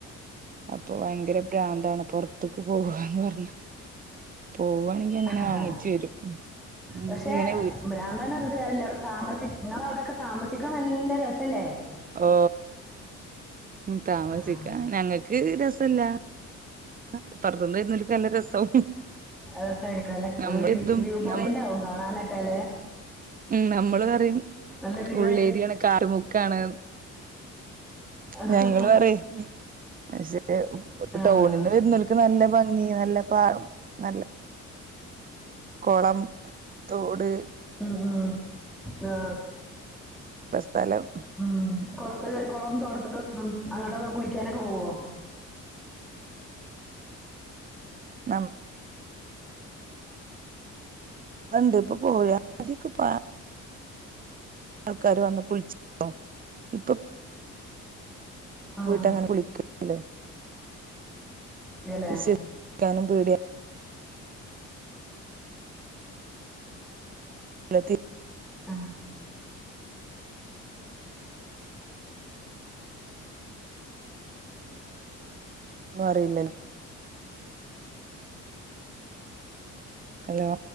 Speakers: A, on the right; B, in the centre.
A: അപ്പൊ ഭയങ്കര ബ്രാന്താണ് പൊറ അത്തക്ക് പോവന്ന് പറഞ്ഞ പോവാണെങ്കി അങ്ങനെ
B: ആ
A: വാങ്ങിച്ചു വരും ഉം
B: പക്ഷെ
A: ഇങ്ങനെ വീട്ടില്
B: ഭ്രാന്തൻട്ട് കാര്യവിട താമസ നിങ്ങള അവിടെൊക്കെ താമസിക്കാൻ നല്ല രസല്ലേ
A: ഓ ഉ താമസിക്ക
B: ആഹ്
A: ഞങ്ങൾക്ക് രസില്ല ആ പറത്തുന്നരുന്ന നല്ല രസവും
B: രസായിരിക്കും അല്ല
A: നമ്മ
B: വ്യൂ
A: ഇതും
B: വ്യൂ പോയിന്റ്
A: നമ്മ
B: ആവും കാണാനൊക്കെ അല്ലേ
A: ഉ നമ്മള് പറയും
B: നല്ല വ്യൂ
A: ഉള്ളേരിയാണ്
B: ആയി
A: കാാരമുക്കാണ്
B: ആഹ്
A: ഞങ്ങള് പറ പക്ഷേ
B: ആഹ്
A: ടൗണിൽന്ന് വരുന്നക്ക് നല്ല ഭംഗ നല്ല പ നല്ല കുളം തോട്
B: ഉ ഉ ആ
A: ഇ സ്ഥലം
B: ഉം കുളത്ത് കുളം തോടത്തൊക്കെ അങ്ങോട്ടൊക്കെ കുളിക്കാനൊക്കെ പോവോ
A: നമ്മ ണ്ട് ഇപ്പൊ പോരാ മതിക്ക പ ആൾക്കാര് വന്ന് കുളിച്ചോ ഇപ്പൊ
B: ആഹ്
A: പോയിട്ടങ്ങനെ വിളിക്കലിലല്ലോ.
B: ഇല്ലല്ലേ
A: വിശ്വസിക്കാനും പേടിയിയാ. <inaudible> <unintelligible>
B: ആഹ.
A: ഒന്നും അറിയില്ലല്ലോ. ഹലോ.